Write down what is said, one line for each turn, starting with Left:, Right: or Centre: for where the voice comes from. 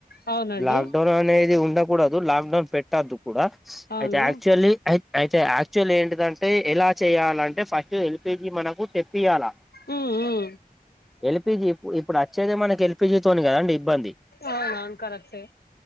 Left: అవునండి
Centre: లొక్ డౌన్ అనేది ఉండ కూడదు లాక్ డౌన్ పెట్టదు కూడా
Left: అవును
Centre: అయితే యాక్చువల్లీ అయితే యాక్చువల్లి ఏంటిది అంటే ఏదంటే ఎలా చెయాలంటే ఫస్ట్ ఎల్పిజీ మనకు తెప్పిించాల
Left: ఉమ్ ఉమ్
Centre: ఎల్పిజి ఇప్పుడు వచ్చేది మనకి ఎల్పిజితోోనే కదండి ఇబ్బంది
Left: అవునవును కరెక్టే